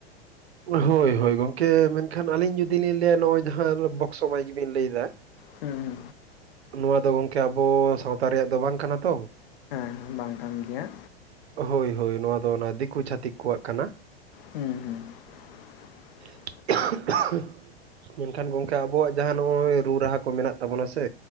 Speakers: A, on the right; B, on the left.
A: ᱦᱳᱣ ᱦᱳᱣ, ᱜᱚᱝᱠᱮ ᱢᱮᱱᱠᱷᱟᱱ ᱟᱹᱞᱤᱧ ᱡᱩᱫᱤ ᱞᱤᱧ ᱞᱟᱹᱭᱟ ᱱᱚᱣᱟ ᱡᱟᱦᱟᱸ ᱵᱚᱠᱥᱚ ᱢᱟᱭᱤᱠ ᱵᱤᱱ ᱞᱟᱹᱭ ᱮᱫᱟ,
B: ᱦᱩᱸ ᱦᱩᱸ
A: ᱱᱚᱣᱟ ᱫᱚ ᱜᱚᱝᱠᱮ ᱟᱵᱚ ᱥᱟᱶᱛᱟ ᱨᱮᱭᱟᱜ ᱫᱚ ᱵᱟᱝ ᱠᱟᱱᱟ ᱛᱚ᱾
B: ᱵᱟᱝ ᱠᱟᱱ ᱜᱮᱭᱟ᱾
A: ᱦᱳᱣ ᱦᱳᱣ, ᱱᱚᱣᱟ ᱫᱚ ᱚᱱᱟ ᱫᱤᱠᱩ ᱪᱷᱟᱹᱛᱤᱠ ᱠᱚᱣᱟᱜ ᱠᱟᱱᱟ᱾
B: ᱦᱩᱸ ᱦᱩᱸ, <unintelligible>
A: <unintelligible> ᱢᱮᱱᱠᱷᱟᱱ ᱜᱚᱝᱠᱮ ᱟᱵᱚᱣᱟᱜ ᱡᱟᱦᱟᱸ ᱱᱚᱜᱼᱚᱭ ᱨᱩ ᱨᱟᱦᱟ ᱠᱚ ᱢᱮᱱᱟᱜ ᱛᱟᱵᱚᱱᱟ ᱥᱮ